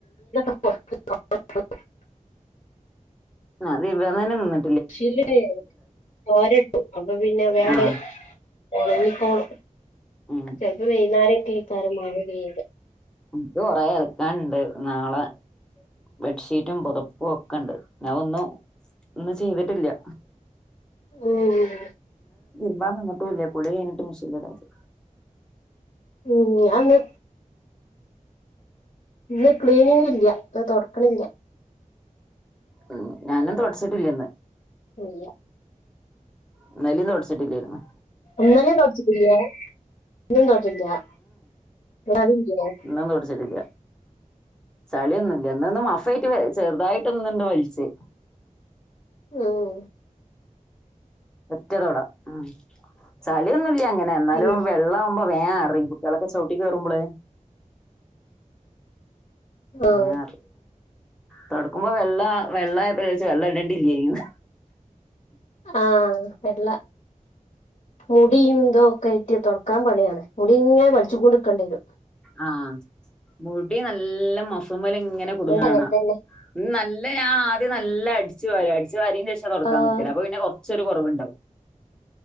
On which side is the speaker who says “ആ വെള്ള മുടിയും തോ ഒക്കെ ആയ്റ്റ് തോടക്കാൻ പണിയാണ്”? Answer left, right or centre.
Left